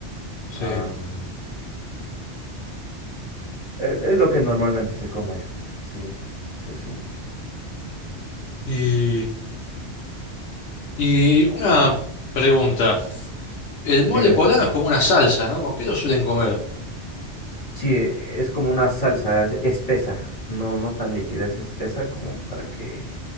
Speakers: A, on the left; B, on the left.
A: Sí.
B: am, es es lo que normalmente se come. Sí, sí, sí.
A: Y, y una pregunta. El mole
B: Dime,
A: poblano
B: dime, dime.
A: es como una salsa, ¿no? ¿Con qué lo suelen comer?
B: Sí, e- es como una salsa es- espesa, no, no tan líquida, es espesa como para que